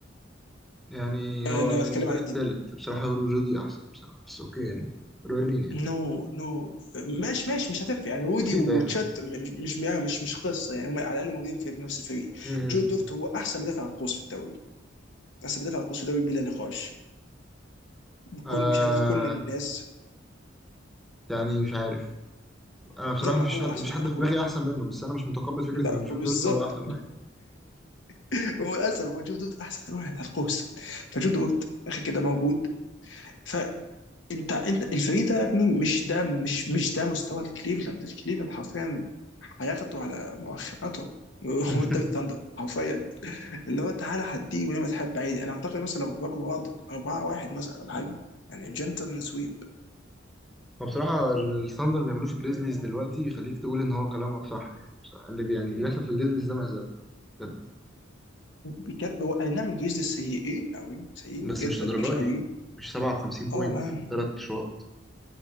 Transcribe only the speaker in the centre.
يعني
هو
بالنسبه
لي التالت بصراحه رودي احسن بصراحه بس اوكي يعني قريبين يعني
بسيطه
يعني اه
م-م.
آه،
يعني مش عارف انا بصراحه
ما فيش
حد
ما فيش
حد
في دماغي احسن منه بس انا مش متقبل فكره
ان جو
دورت هو احسن واحد
<laughs>
هو بصراحة الثاندر اللي بيعملوه في الجريزليز دلوقتي يخليك تقول إن هو كلامك صح يعني بصراحة اللي بي- يعني اللي بيحصل في الجريزليز ده مهزلة بجد.
بس
مش للدرجه
دي مش 57 بوينت
في ثلاث شوط